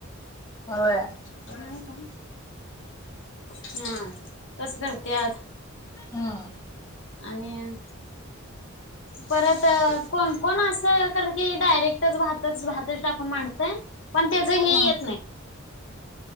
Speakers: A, on the left; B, on the left.
A: होय.
B: नाहीय का? हा तस करत्यात.
A: हं
B: आणि परत कोण कोण असं कर की डायरेक्टच भातच भातच टाकून मांडतय. पण त्याच हे
A: हम्म
B: येत नाही.